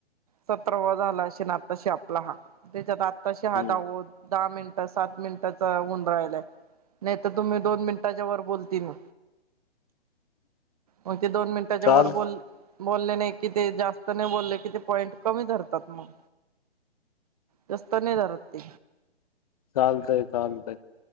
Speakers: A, on the right; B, on the left.
A: सतरावा झाला अशीन आत्ताशी आपला हा त्याच्यात आत्ताशी
B: हम्म
A: हा दहाव दहा मिन आता सात मिनिटाचा हुन राहिलाय, नाही तर तुम्ही दोन मिनिटांच्या वर बोलतील ना
B: <inaudible>
A: मग ते दोन मिनिटाच्या
B: चाल
A: वर बोल बोल्ले नाही कि ते जास्त नाही बोलले कि ते पॉईंट कमी धरतात मग. जास्त नाही धरत ते.
B: चालतंय चालतंय.